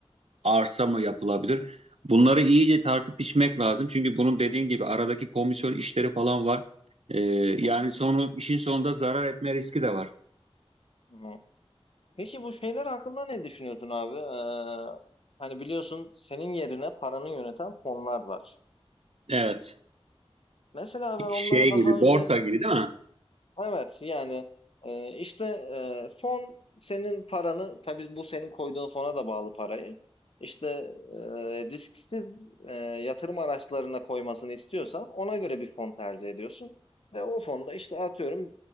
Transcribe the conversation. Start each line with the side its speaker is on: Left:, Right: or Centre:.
Right: arsa mı yapılabilir? Bunları iyice tartıp biçmek lazım. Çünkü bunun dediğin gibi aradaki komisyon işleri falan var. Ee, yani
Left: Hı hı,
Right: sonu işin sonunda zarar etme riski de var.
Left: hı hı. Peki bu şeyler hakkında ne düşünüyorsun abi? Ee, hani biliyorsun senin yerine paranı yöneten fonlar var.
Right: Evet.
Left: Mesela ben onları
Right: Şey
Left: daha
Right: gibi,
Left: önce
Right: borsa gibi değil mi?
Left: Evet yani e, işte e, fon senin paranı tabii bu senin koyduğun fona da bağlı parayı İşte e, risksiz e, yatırım araçlarına koymasını istiyorsan ona göre bir fon tercih ediyorsun ve o fonda işte atıyorum